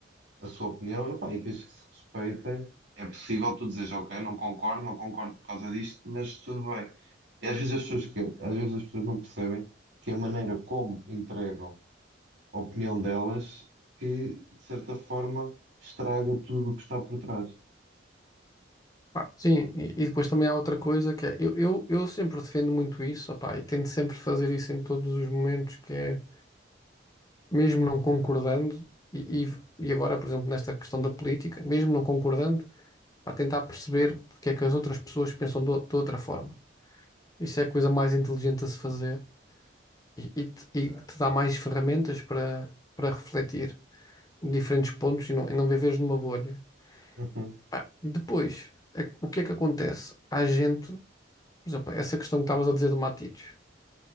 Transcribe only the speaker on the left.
Pá, Sim, e, e depois também há outra coisa que é, eu, eu, eu sempre defendo muito isso, opá, e tento sempre fazer isso em todos os momentos, que é, mesmo não concordando, e, e, e agora, por exemplo, nesta questão da política, mesmo não concordando, para tentar perceber porque é que as outras pessoas pensam do- de outra forma. Isso é a coisa mais inteligente a se fazer e, e te e que te dá mais ferramentas para, para refletir em diferentes pontos e não, e não viveres numa bolha.
Pá, depois, é- que- o que é que acontece? Há gente, por exemplo, essa questão que estavas a dizer do Matites,